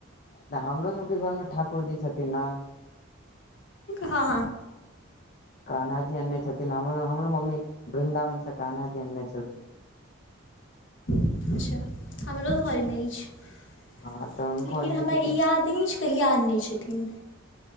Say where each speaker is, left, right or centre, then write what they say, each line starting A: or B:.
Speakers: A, on the left (about 45°); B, on the left (about 60°).
A: ता, हमरो सभके घरमे ठाकुर जी छथिन ना?
B: हा
A: कान्हा जी आने छथिन, हमरो, हमरो मम्मी वृन्दावन से कान्हा जी आनने छलथिन।
B: अच्छा, हमरो घर मे अछि
A: हँ तऽ हुनको
B: लेकिन
A: अनने
B: हमरा
A: छथिन
B: ई याद नीच कहिया आनले छथिन।